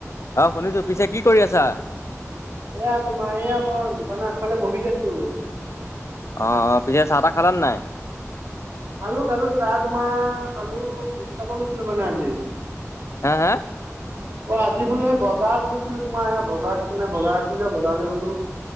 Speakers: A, on the left; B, on the right.
A: অ', শুনিছো পিছে কি কৰি আছা।
B: এয়া তোমাৰ এইয়া মই দোকানৰ আগফালে বহি আছো।
A: অ', পিছে চাহ তাহ খালা নাই।
B: খালো- খালো, চাহ তোমাৰ খালো ভোজ খাব গৈছিলো মানে আজি।
A: হা- হা।
B: অ', আজি বোলো এই বজাৰত গৈছিলো তোমাৰ এ বজাৰত মানে বজাৰ আছিল যে বজাৰলে গ'লো।